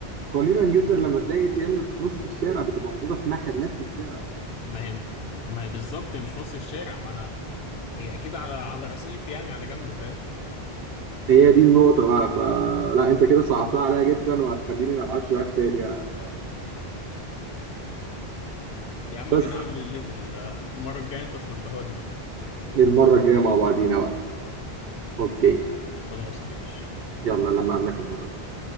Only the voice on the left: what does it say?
ما هي ما هي بالظبط هي مش في نص الشارع ما أنا هي أكيد على على رصيف يعني على جنب فاهم
يا عم
بنعلي الليفل آه، المرة الجاية انت تردها لي بقى
خلاص ماشي